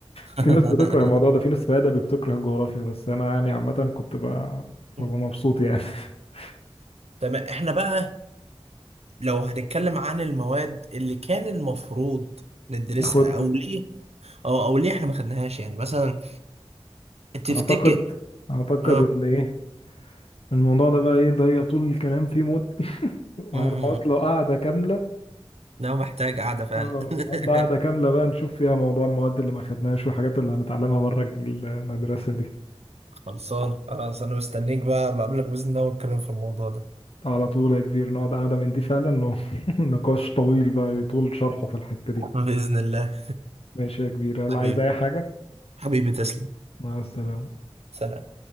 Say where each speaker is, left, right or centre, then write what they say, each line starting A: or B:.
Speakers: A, on the right (about 80°); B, on the left (about 65°).
A: <laughs>
B: في ناس بتكره الموضوع ده في ناس في أدبي بتكره الجغرافيا بس أنا يعني عامة كنت ب- ببقى
A: مم.
B: مبسوط يعني <laughs>
A: تمام احنا بقى لو هنتكلم عن المواد اللي كان المفروض ندرسها
B: اخدها
A: او ليه او او ليه احنا ما خدناهاش يعني مثلا تفتكر
B: اعتقد اعتقد
A: اه
B: ان ايه الموضوع ده بقى ايه ده هي طول الكلام فيه موت وهنقعد
A: مم، مم، مم.
B: له قعدة كاملة
A: ده محتاج قعدة فعلا
B: اه نقعد له قعدة كاملة
A: <laughs>
B: بقى نشوف فيها موضوع المواد اللي ما خدناهاش والحاجات اللي هنتعلمها بره المدرسة دي
A: خلصان خلاص انا مستنيك بقى بقابلك باذن الله ونتكلم في الموضوع ده
B: على طول يا كبير نقعد قعدة من دي فعلا و- <laughs> نقاش طويل بقى يطول شرحه في الحتة دي
A: بإذن الله
B: ماشي يا كبير
A: <laughs>
B: هل
A: حبيبي
B: عايز اي حاجة
A: حبيبي تسلم
B: مع السلامة
A: سلام